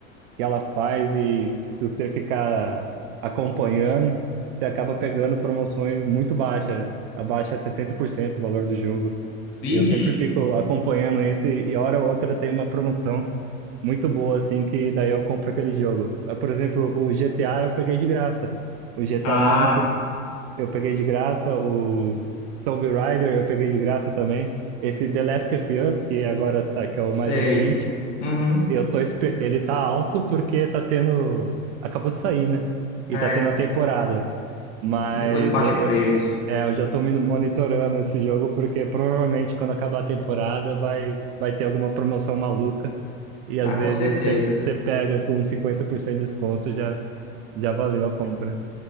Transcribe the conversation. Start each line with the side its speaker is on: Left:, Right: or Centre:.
Right: que ela faz, e se você ficar acompanhando, você acaba pegando promoções muito baixas, abaixo 70% do valor do jogo.
Left: Vixe.
Right: E eu sempre fico acompanhando isso, e, e hora ou outra tem uma promoção muito boa, assim, que daí eu compro aquele jogo. Ah, Por exemplo, o GTA eu peguei de graça. O GTA
Left: Ah,
Right: V eu peguei de graça. O Tomb Raider eu peguei de graça também. Esse The Last of Us, que agora tá, que é o
Left: sei.
Right: mais recente,
Left: Uhum,
Right: eu tô, espe- ele tá alto porque tá tendo. Acabou de sair, né? E
Left: é.
Right: tá tendo a temporada. Mas
Left: Aí Depois baixa
Right: eu,
Left: o
Right: eu,
Left: preço.
Right: é, eu já tô me monitorando esse jogo porque provavelmente quando acabar a temporada vai, vai ter alguma promoção maluca. E às
Left: Ah,
Right: vezes
Left: com certeza.
Right: você você pega com 50% de desconto, já, já valeu a compra.